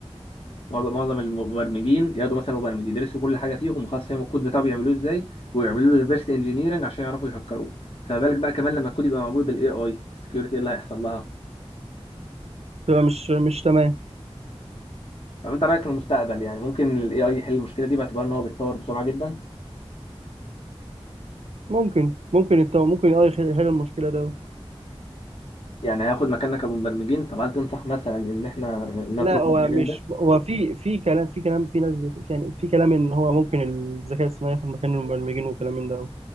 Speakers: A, on the left; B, on the right.
A: معظم معظم المبرمجين ياخدوا مثلا مبرمج يدرسوا كل حاجه فيهم وخلاص فاهم الكود بتاعه بيعملوه ازاي ويعملوا له ريفرس انجينيرنج عشان يعرفوا يهكروه فما بالك بقى كمان لما الكود يبقى معمول بالاي اي السكيورتي ايه اللي هيحصل لها
B: تبقى مش مش تمام
A: طب انت رايك في المستقبل يعني ممكن الاي اي يحل المشكله دي باعتبار ان هو بيتطور بسرعه جدا
B: ممكن ممكن الت... ممكن اه يحل يحل المشكله ده
A: يعني هياخد مكاننا كمبرمجين طب هل تنصح مثلا ان احنا نترك
B: لا هو
A: بقى المجال
B: مش
A: ده
B: هو في في كلام في كلام في ناس بت... يعني في كلام ان هو ممكن الذكاء الصناعي ياخد مكان المبرمجين وكلام من ده